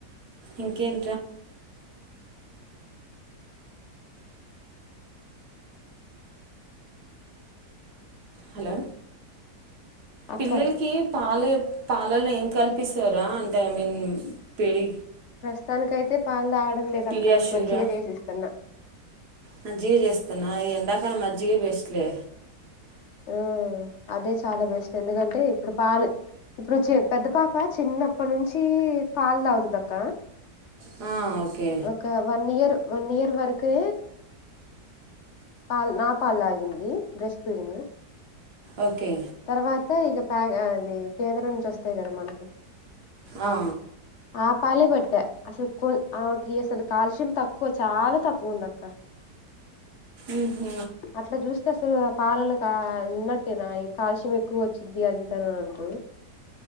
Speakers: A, on the right (about 70°); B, on the left (about 55°).
A: ఇంకేం హలో
B: అక్క
A: పిల్లలకి పాలు పాలల్లో ఏం కల్పిస్తారా అంటే ఐ మీన్ పెేడి
B: ప్రస్తుతానికైతే పాలు తాగడం లేదక్క
A: పిడియాష్యూరా
B: మజ్జిగ చేసిస్తున్నా
A: మజ్జిగ చేస్తును ఈ ఎండాకాల మజ్జిగ బెస్ట్లే
B: హ్మ్ అదే చాలా బెస్ట్ ఎందుకంటే ఇప్పుడు పాలు ఇప్పుడు చే పెద్ద పాప చిన్నప్పటి నుంచి పాలు తాగుతుందాక్ క
A: ఆ ఓకే
B: ఒక వన్ ఇయర్ వన్ ఇయర్ వరకె పాల్ నా పాల్లాగింది బ్రెస్ట్ ఫీడింగ్
A: ఓకే
B: తర్వాత ఇక ప్యాగ అది కేంద్రం నుంచి వస్తాయి కదా మనకు
A: ఆ,
B: ఆ పాలే పెట్ట అసలు పూ ఆమెకి అసలు కాల్ష్యయం తక్కువ చాలా తక్కువ ఉంది అక్క
A: ఉమ్,
B: అట్లా చూస్తే అసలు ఆ పాలల్లో కా ఉన్నట్టే నా కాలుష్యం ఎక్కువ వచ్చింది అది తని అంటారు